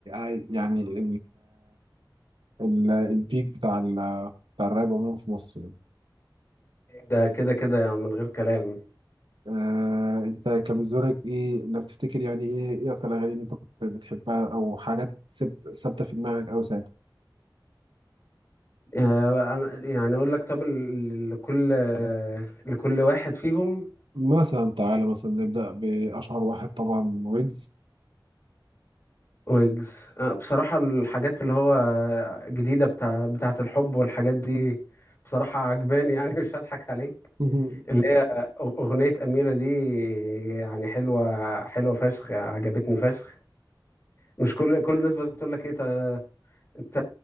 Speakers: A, on the right; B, on the left.
A: اي- يعني ال ال البيك بتاع ال بتاع الراب عموما في مصر يعني
B: ده كده كده يعني من غير كلام
A: آه انت كان بالنسبة لك ايه لو تفتكر يعني ايه ايه اكتر الاغاني اللي انت كنت بتحبها او حاجات ثابت- ثابتة في دماغك او ساعتها؟
B: أه أنا- يعني اقول لك طب ال- لكل لكل واحد فيهم
A: مثلا تعالى مثلا نبدأ بأشهر واحد طبعا ويجز
B: ويجز آه، بصراحة الحاجات اللي هو جديدة بتاع بتاعة الحب والحاجات دي بصراحة عجباني يعني <laughs> مش هضحك عليك
A: <laughs>
B: اللي هي أغنية أميرة دي يعني حلوة حلوة فشخ عجبتني فشخ مش كل كل الناس بتقول لك إيه تا- أنت